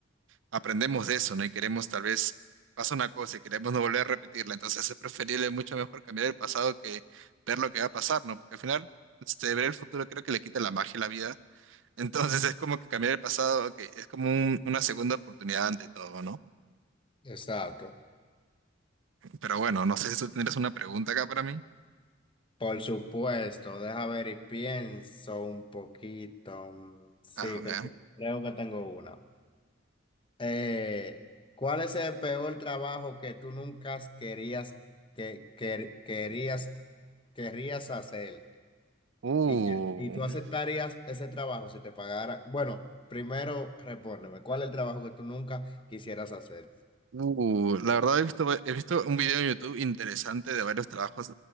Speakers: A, on the right; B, on the left.
A: aprendemos de eso, ¿no? Y queremos tal vez pasa una cosa y queremos no volver a repetirla. Entonces es preferible mucho mejor cambiar el pasado que ver lo que va a pasar, ¿no? Porque al final, este, ver el futuro creo que le quita la magia a la vida. <laughs> Entonces es como que cambiar el pasado, que es como un- una segunda oportunidad ante todo, ¿no?
B: Exacto.
A: Pero bueno, no sé si tú tendrás una pregunta acá para mí.
B: Por supuesto, deja ver y pienso un poquito. mm, Sí,
A: A ver.
B: creo, creo que tengo una. Eh, ¿cuál es el peor trabajo que tú nunca querías, que, que- querías, querrías hacer?
A: Uh,
B: ¿Y, que- y tú aceptarías ese trabajo si te pagara? Bueno, primero respóndeme, ¿cuál es el trabajo que tú nunca quisieras hacer?
A: uh, la verdad he visto, va- he visto un video en YouTube interesante de varios trabajos